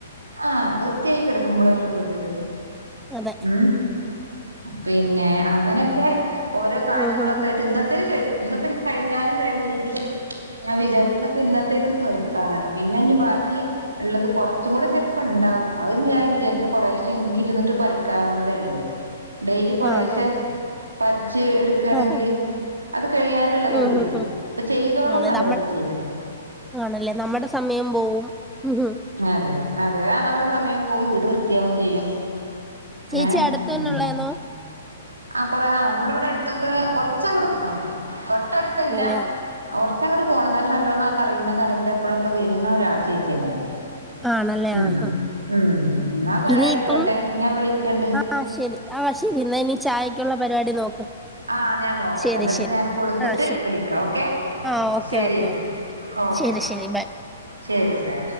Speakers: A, on the right (about 75°); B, in the centre.
A: ആ വൃത്തിയായിക്ക എടുക്കുമ്പോളല്ലേ ഉള്ളു തത്
B: അതെ
A: ഉം പിന്നെ അങ്ങനെയൊക്കെ ഓരോ കാര്യങ്ങളൊക്കെയിട്ട്
B: ഉം ഹും ഹും
A: ഇന്നത്തേൽ ക ഇ കഴിഞ്ഞാലും കഴിഞ്ഞില്ലെങ്കിലും ഞാൻ വിചാരിക്കുന്നപ്പ ഇന്നത്തേൽന്നും നിർത്താതാണ് പിന്നെ ഇനി ബാക്കി ഉള്ളത് കുറച്ചും കൂടെ ചിലപ്പോ ഉണ്ടാവും അഹ് ഞാൻ വിചാരിക്ക കുറേശം എനിക്കിരുന്നിട്ട് പറ ക്കാവുന്നതേ ഉള്ളൂ ഡെയിലി കൊറേശെ
B: ആഹ് ആഹ്
A: പരിച്ച് എടുക്കയാണെങ്കില്
B: ആഹ് ആഹ്
A: കഴിയാനുള്ളതള്ളൂ
B: ഉം ഹും
A: ഇനി അപ്പൊ ചെയ്തോട
B: ഹും അതെ
A: നല്ല
B: നമ്മൾ
A: വൃത്തിയക്ക
B: ആണല്ലേ നമ്മുടെ സമയം പോവും ഉം ഹും
A: അതെതെ അതെ ആ നമ്മുടെ സമയം പോകും വീട് വൃ നിത്യാവും ചെയ്യും
B: ചേച്ചി
A: ഏ
B: അടുത്ത
A: ഉം
B: തന്നെള്ളെന്നോ
A: ആ കൊറ ആ നമ്മളിവിടെ അടുത്തൊക്കെ കൊറച്ചങ്ങട് പോണം തൊട്ടടുത്തല്ല
B: ആണല്ലേ
A: ച്ച അങ്ങട് പോണം എന്നാലും നല്ലോണം അറിയുന്നതാണ് ഇവിടെ എപ്പോഴൊക്കെ വരുന്നരാ ചേച്ചിന്നെ
B: ആണല്ലേ
A: ഉ
B: ആഹ് ആഹ്
A: ഉ ആ
B: ഇനിയിപ്പം
A: ആയിക്കോട്ടെ ഞാൻ വിളിക്കണ്ട്
B: ആഹ് ശരി ആഹ് ശരി എന്നാ ഇനി ചായക്കുള്ള പരിപാടി നോക്ക്
A: ആ ഞാൻ നോക്കട്ടെ
B: ശരി
A: എന്നിട്ട്
B: ശരി
A: ഞാൻ കൊടുത്തിട്ട്
B: ആഹ് ശരി
A: വിളിക്കാം ഓക്കെ
B: ആഹ് ഓക്കെ
A: ശരി
B: ഓക്കെ
A: എന്ന
B: ഓക്കെ
A: എന്നാ ഓക്കെ
B: ശരി ശരി ബൈ
A: ശരിാ